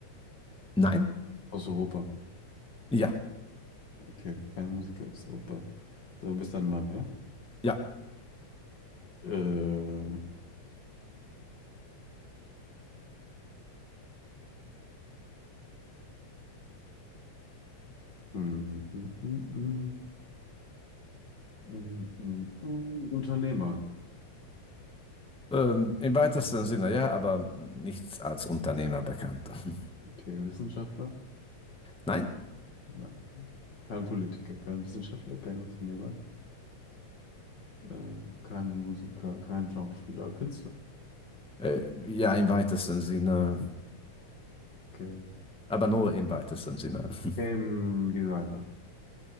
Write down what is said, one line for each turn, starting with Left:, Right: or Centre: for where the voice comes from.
Centre: Nein?
Left: Aus Europa.
Centre: Ja,
Left: Okay, kein Musiker aus Europa. So, Du bist ein Mann, ja?
Centre: ja.
Left: Äh, hm, hm, hm, hm, hm, hm, hm. Unternehmer.
Centre: Ähm, im weitesten Sinne ja, aber nichts als Unternehmer bekannt. <laughs>
Left: Okay, Wissenschaftler?
Centre: Nein?
Left: Nein. Kein Politiker, kein Wissenschaftler, kein Unternehmer, ähm, kein Musiker, kein Schauspieler, Künstler.
Centre: Äh, ja, im weitesten Sinne,
Left: Okay.
Centre: aber nur im weitesten Sinne. <laughs>
Left: Game Designer.